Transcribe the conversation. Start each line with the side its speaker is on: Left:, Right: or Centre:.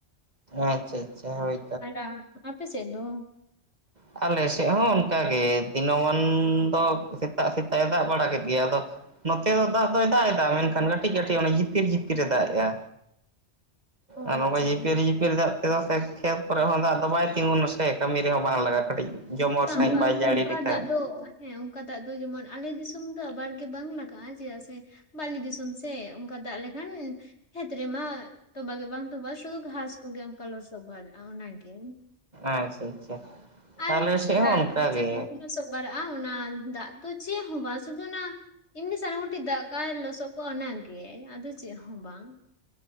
Right: ᱟᱪᱪᱷᱟ ᱟᱪᱪᱷᱟ ᱦᱳᱭ
Left: ᱟᱲᱟ ᱟᱯᱮ ᱥᱮᱫ ᱫᱚ
Right: ᱟᱞᱮ ᱥᱮᱫ ᱦᱚᱸ ᱚᱱᱠᱟᱜᱮ ᱫᱤᱱᱟᱹᱢᱟᱱ ᱫᱚ ᱥᱮᱛᱟᱜ ᱥᱮᱛᱟᱜ ᱮ ᱫᱟᱜ ᱵᱟᱲᱟ ᱠᱮᱫ ᱜᱮᱭᱟ ᱟᱫᱚ ᱱᱚᱛᱮ ᱫᱚ ᱫᱟᱜ ᱫᱚᱭ ᱫᱟᱜ ᱮᱫᱟ ᱢᱮᱱᱠᱷᱟᱱ ᱠᱟᱹᱴᱤᱡ ᱠᱟᱹᱴᱤᱡ ᱡᱤᱯᱤᱨ ᱡᱤᱯᱤᱨ ᱮ ᱫᱟᱜ ᱮᱜᱼᱟ
Left: ᱚ
Right: ᱟᱨ
Left: ᱟᱪᱪᱷᱟ
Right: ᱱᱚᱜᱼᱚᱭ ᱡᱷᱤᱯᱤᱨ ᱡᱷᱤᱯᱤᱨ ᱵᱤᱨ ᱫᱟᱜ ᱛᱮᱫᱚ ᱥᱮ ᱠᱷᱮᱛ ᱠᱚᱨᱮ ᱦᱚᱸ ᱫᱟᱜ ᱫᱚ ᱵᱟᱭ ᱛᱤᱸᱜᱩ ᱱᱟᱥᱮ ᱠᱟᱹᱢᱤ ᱨᱮᱦᱚᱸ ᱵᱟᱝ ᱞᱟᱜᱟᱜᱼᱟ ᱠᱟᱹᱴᱤᱡ ᱡᱚᱢᱚᱨ
Left: ᱦᱮᱸ ᱵᱟᱝ
Right: ᱥᱟᱺᱦᱤᱡ
Left: ᱵᱟᱝ
Right: ᱵᱟᱭ ᱡᱟᱹᱲᱤ
Left: ᱚᱱᱠᱟ
Right: ᱞᱮᱠᱷᱟᱱ
Left: ᱫᱟᱜ ᱫᱚ ᱦᱮᱸ ᱚᱱᱠᱟ ᱫᱟᱜ ᱫᱚ ᱡᱮᱢᱚᱱ ᱟᱞᱮ ᱫᱤᱥᱚᱢ ᱫᱚ ᱟᱵᱟᱨ ᱜᱮ ᱵᱟᱝ ᱞᱟᱜᱟᱜᱼᱟ ᱪᱮᱫᱟᱜ ᱥᱮ ᱵᱟᱹᱞᱤ ᱫᱤᱥᱚᱢ ᱥᱮ ᱚᱱᱠᱟ ᱫᱟᱜ ᱞᱮᱠᱷᱟᱱ ᱠᱷᱮᱛ ᱨᱮᱢᱟ ᱛᱚᱵᱟᱜ ᱜᱮ ᱵᱟᱝ ᱛᱚᱵᱟ ᱥᱩᱫᱷᱩ ᱜᱷᱟᱥ ᱠᱚᱜᱮ ᱚᱱᱠᱟ ᱞᱚᱥᱚᱫ ᱵᱟᱲᱟᱜᱼᱟ ᱚᱱᱟᱜᱮ
Right: ᱟᱪᱪᱷᱟ ᱟᱪᱪᱷᱟ
Left: ᱟᱨ
Right: ᱟᱞᱮ ᱥᱮᱫ ᱦᱚᱸ ᱚᱱᱠᱟ
Left: ᱨᱟᱪᱟ
Right: ᱜᱮ
Left: ᱠᱚᱦᱚᱸ ᱞᱚᱥᱚᱜᱵᱟᱨᱟᱜᱼᱟ ᱚᱱᱟ ᱫᱟᱜ ᱫᱚ ᱪᱮᱫ ᱦᱚᱸ ᱵᱟᱝ ᱥᱩᱫᱩ ᱚᱱᱟ ᱮᱢᱱᱤ ᱥᱟᱨᱟᱝ ᱜᱚᱴᱤᱡ ᱫᱟᱜ ᱠᱟᱜᱼᱟᱭ ᱞᱚᱥᱚᱫ ᱠᱟᱜ ᱚᱱᱟᱜᱮ ᱟᱫᱚ ᱪᱮᱫ ᱦᱚᱸ ᱵᱟᱝ